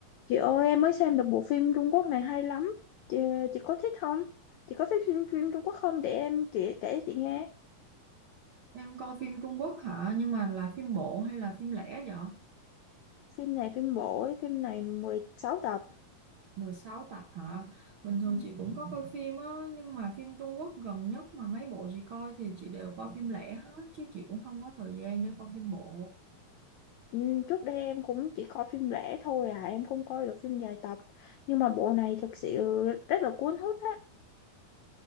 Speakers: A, on the left; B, on the right.
A: Chị ơi em mới xem được bộ phim Trung Quốc này hay lắm Chị, chị có thích không? Chị có thích phim phim Trung Quốc không? Để em chị kể chị nghe
B: Em coi phim Trung Quốc hả? Nhưng mà là phim bộ hay là phim lẻ vậy?
A: Phim này phim bộ ấy, phim này mười sáu tập
B: 16 tập hả? Bình thường
A: ừ,
B: chị cũng có coi phim á, nhưng mà phim Trung Quốc gần nhất mà mấy bộ chị coi thì chị đều coi phim lẻ hết, chứ chị cũng không có thời gian để coi phim bộ.
A: Ừ, Trước đây em cũng chỉ coi phim lẻ thôi à Em không coi được phim dài tập Nhưng mà bộ này thực sự rất là cuốn hút á